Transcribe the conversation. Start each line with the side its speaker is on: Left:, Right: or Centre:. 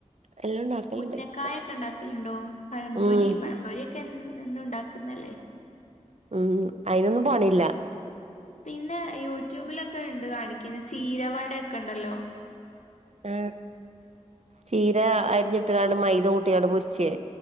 Right: എല്ലാം ഉണ്ടാക്കലുണ്ട്
Left: ഉന്നക്കായൊക്കെ
Right: ഇപ്പ ഉണ്ടാ
Left: ഒണ്ടാക്കലുണ്ടോ പഴപൊരി
Right: ഉം
Left: പഴമ്പൊരി ഒക്കെ എന്നും ഉണ്ട ഇന്നല്ലേ
Right: ഉം അയിനൊന്നും പണില്ല
Left: പിന്നെ യൂട്യൂബിലൊക്കെ ഇണ്ട് കാണിക്കുന്ന ചീരവ ടെ ക്കെ ഒണ്ടല്ലോ
Right: ആ ചീര അരിഞ്ഞിട്ട് ക മൈത കൂട്ടിയാങ്ങട്ട് പൊരിച്ചേ